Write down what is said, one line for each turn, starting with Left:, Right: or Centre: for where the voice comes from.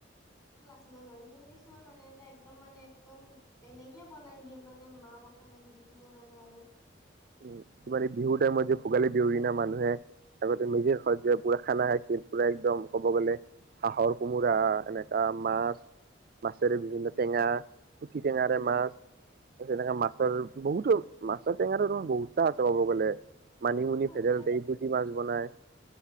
Left: মই বাৰু কিন্তু কিছুমান মানুহ এটা একদম মানে, একদম বেলেগে বনাই দিয়ে মানে, মা-মছলা দি কিনে মানে আৰু।
Right: তমাৰ এই বিহুৰ টাইমত যে ভোগালী দেউৰিনা মানুহে আগতে মেজিৰ ঘৰ যে পুৰা খানা খাইছিল, পুৰা একদম কব গ'লে হাঁহৰ কোমোৰা, এনেকা মাছ, মাছেৰে বিভিন্ন টেঙা। পুঠি টেঙাৰে
Left: হুম হুম
Right: মাছ, তাৰ পিছত এনেকা মাছ। ছাৰ বহুত মাছৰ টেঙাৰৰ বহুত। <unintelligible> ক'ব গ'লে। মানিমুনি,
Left: বহুত
Right: ভেদাইলতা
Left: আছে।
Right: এইবোৰ দি মাছ বনাই।